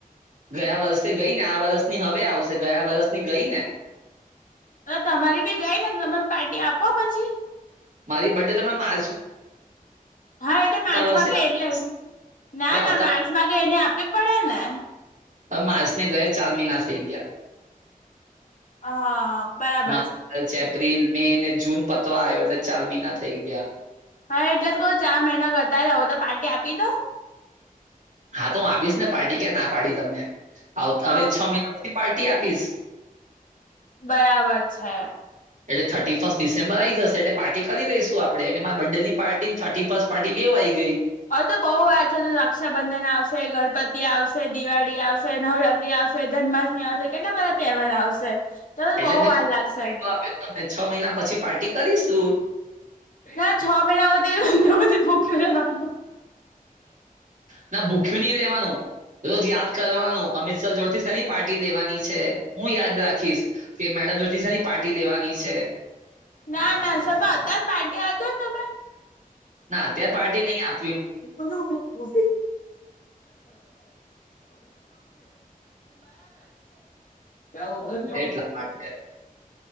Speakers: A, on the right (about 60°); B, on the left (about 60°).
A: ગયા વર્ષે ગઈ ને આ વર્ષ ની હવે આવશે ગયા વર્ષની ગઈ ને
B: હ તમારી ભી ગઈ ને તમે પાર્ટી આપો પછી
A: મારી બડે તમને મા
B: હા એટલે માર્ચમાં
A: વર્ષે
B: કે
A: આવી.
B: એટલે ના
A: હવે આવતા
B: ના માર્ચમા ગેયને આપી પડે ને
A: હ માર્ચને ગયા ચાર મહિના થઈ ગયા
B: હા. બરાબર
A: માર્ચ,
B: છે
A: એપ્રિલ, મે ને જૂન પતવા આવ્યો એટલે ચાર મહિના થઈ ગયા
B: હા એટલેજ તો કહું ચાર મહિના ગતા રહા. હવે તો પાર્ટી આપી દો.
A: હા તો હું આપીશ ને પાર્ટી કે ના પાડીશ તમને. આવ
B: હ
A: હવે છો મહિના પછી પાર્ટી આ ફીસ.
B: બરાબર છે.
A: એટલે થર્ટી ફર્સ્ટ ડિસેમ્બર આઈ જશે એટલે પાર્ટી કરી લઈશું આપણે એને મારા બર્થડેની પાર્ટી ને થર્ટી ફર્સ્ટ પાર્ટી બેઉ પાઈ ગઈ.
B: હવે તો બહુ વાર છે. તો રક્ષાબંધન આવશે, ગણપતિ આવશે, દિવાળી આવશે, નવરાત્રી આવ વશે, જન્માષ્ટમી આવશે કેટલા બધા તહેવાર આવશે. તો
A: એટલે
B: બહુ
A: મેં
B: વાર લાગશે
A: ફાયદો આપ્યો તમને છો મહિના પછી પાર્ટી કરીશું.
B: ના છો હૂંદી એટલું બધું ભૂખ્યું રહેવાના
A: ના ભૂખ્યું નહી રેવાનું રોજ યાદ કરવાનું અમિત સર જોડથી શેની પાર્ટી લેવાની છે. હું યાદ રાખીશ કે મેં ડ દ સાની પાર્ટી લેવાની છે.
B: ના ના સર પર અત્યાર પાર્ટી આલ દો ને તમે.
A: ના અત્યાર પાર્ટી નહીં આપ
B: <unintelligible> બરાબર છે. હા
A: એટલા માટે